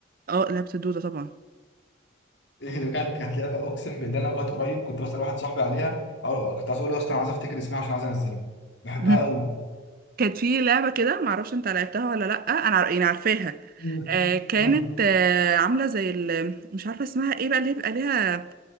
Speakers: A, on the right; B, on the left.
A: اه لعبت الدوده طبعا
B: <laughs> ايه لو كانت كانت لعبه اقسم بالله انا لغايه قريب كنت بسال واحد صاحبي عليها او كنت عايز اقول له يا اسطى انا عايز افتكر اسمها عشان عايز انزلها بحبها
A: <laughs>
B: قوي
A: كانت في لعبة كده معرفش انت لعبتها ولا لأ انا عار- يعني عارفاها
B: امم
A: آه كانت
B: امم
A: آه عاملة زي ال... مش عارفة اسمها ايه بقى اللي هي بيبقى ليها